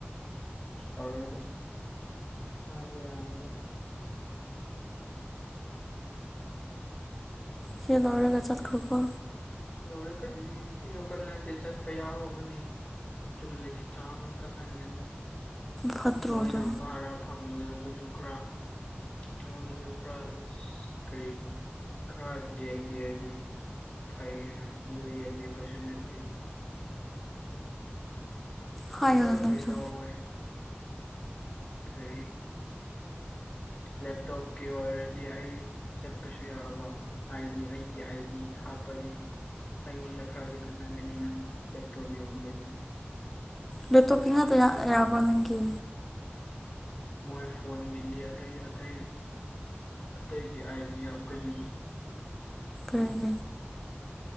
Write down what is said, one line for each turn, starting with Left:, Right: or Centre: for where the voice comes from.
Left: ꯌꯥꯔꯣꯏꯗ ꯍꯥꯏꯕ ꯌꯥꯅꯤꯗ ꯎ ꯎꯝ
Centre: ꯈꯗꯧꯔꯒꯆꯥꯠ ꯈꯣ ꯈꯣ
Left: ꯃ ꯀꯔꯤ ꯌꯣꯛ ꯀꯠꯅꯗꯦ ꯆꯠꯄ ꯌꯥꯎꯍꯒꯅꯤ ꯆꯨꯝꯅꯒꯤ ꯆꯥꯡ ꯑꯃ ꯊꯛꯍꯟꯒꯅꯤ
Centre: ꯐꯠꯇ꯭ꯔꯣ
Left: ꯃꯣꯏꯅ
Centre: ꯑꯗꯣ
Left: ꯚꯔꯥ ꯐꯪꯕꯗ ꯑꯗꯨꯁꯨ ꯈꯔꯥ ꯑꯩꯉꯣꯟꯗꯁꯨ ꯈꯔ ꯀꯔꯤ ꯈꯔ ꯌꯦꯟꯕꯤꯔꯗꯤ ꯐꯩꯌꯦꯅ ꯑꯗꯨ ꯌꯦꯟꯕꯤꯕꯁꯨ ꯅꯠꯇꯦ
Centre: ꯍꯥꯏꯌꯣꯅ
Left: ꯃꯣꯏ ꯂꯣꯣꯏ
Centre: ꯅꯪꯁꯨ
Left: ꯂꯣ ꯏ ꯂꯣꯏ ꯀꯔꯤ ꯂꯦꯞꯇꯣꯞꯀꯤ ꯑꯣꯏꯔꯗꯤ ꯑꯩ ꯆꯠꯄꯁꯨ ꯌꯥꯕ ꯍꯥꯏꯗꯤ ꯑꯩꯒꯤ ꯑꯥꯏꯗꯤ ꯍꯥꯞꯄꯗꯤ ꯑꯩꯉꯣꯟꯗ ꯈꯔꯗꯤ ꯈꯠꯅꯒꯅꯤꯅ ꯂꯦꯞꯇꯣꯞ ꯌꯣꯟꯕꯒꯤ
Centre: ꯅꯦꯇꯣ
Left: ꯑꯗꯨꯁꯨ
Centre: ꯀꯌꯥꯗ
Left: ꯅꯠꯇꯦ
Centre: ꯌꯥꯕꯅꯒꯤ
Left: ꯃꯣꯏ ꯐꯣꯟꯒꯤꯗꯤ ꯑꯇꯩ ꯑꯇꯩ ꯑꯇꯩꯒꯤ ꯑꯥꯏꯗꯤ ꯍꯥꯞꯀꯅꯤ
Centre: ꯎꯝꯝ